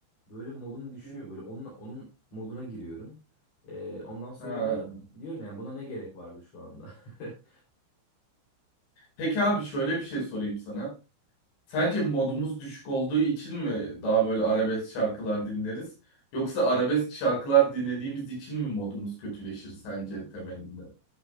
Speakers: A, on the left; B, on the left.
A: böyle modum düşüyor.
B: Hı.
A: Böyle onun, onun moduna giriyorum. E, ondan sonra
B: Ha.
A: da diyorum yani buna ne gerek vardı şu anda? <laughs>
B: Peki abi şöyle bir şey sorayım sana. Sence modumuz düşük olduğu için mi daha böyle arabesk şarkılar dinleriz? Yoksa arabesk şarkılar dinlediğimiz için mi modumuz kötüleşir sence temelinde?